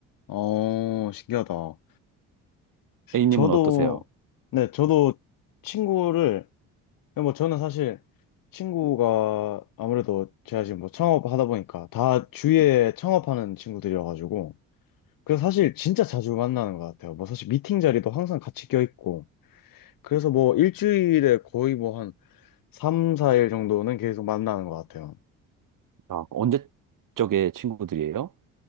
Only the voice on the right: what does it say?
A님은
어떠세요?
아, 언제 쪽에 친구들이에요?